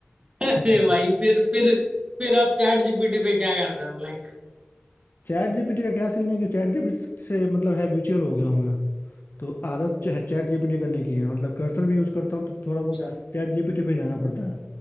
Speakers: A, on the left (about 60°); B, on the right (about 25°).
A: <laughs>
B: अरे भाई फिर फिर फिर आप चैट जीपीटी पे क्या कर रहे हो लाइक
A: चैट जीपीटी का क्या सीन है कि चैट जीपीटी से मतलब है म्यूचुअल हो गया हूँ तो आदत जो है चैट जीपीटी करने की है मतलब कर्सर भी यूज करता हूँ तो थोड़ा बहुत
B: अच्छा
A: चैट जीपीटी पे जाना पड़ता है